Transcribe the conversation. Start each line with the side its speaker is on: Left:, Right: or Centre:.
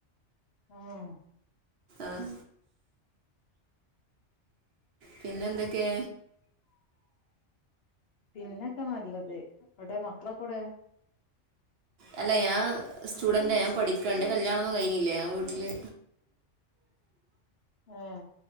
Left: ഏഹ്
Right: ആഹ്. പിന്നെന്തൊക്കേ
Left: പിന്നക്കെ മതി ഗൾത് എവ്ടെ മക്കളൊക്കൊവ്ടേ
Right: അല്ല ഞാ സ്റ്റുഡൻ്റ ഞാൻ പഠിക്കണ്ട് ഇൻ്റെ കല്യാണൊന്നും കഴിഞ്ഞില്ല ഞാൻ വീട്ടില്
Left: ഏഹ്